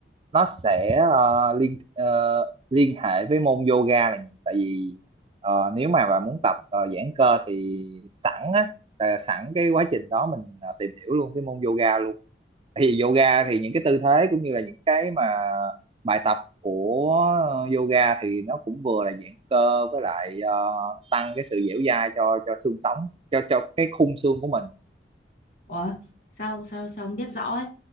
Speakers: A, on the right (about 30°); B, on the left (about 55°).
A: nó sẽ ờ, liên ờ, liên hệ với môn yoga là nhiều. tại vì ờ, nếu mà bà muốn tập ờ, giãn cơ thì sẵn á là sẵn cái quá trình đó mình ờ, tìm hiểu luôn cái môn yoga luôn thì yoga thì những cái tư thế cũng như là những cái mà bài tập của yoga thì nó cũng vừa là giãn cơ với lại ờ, tăng cái sự dẻo dai cho cho xương sống cho cho cái khung xương của mình
B: ủa sao sao sao ông biết rõ ấy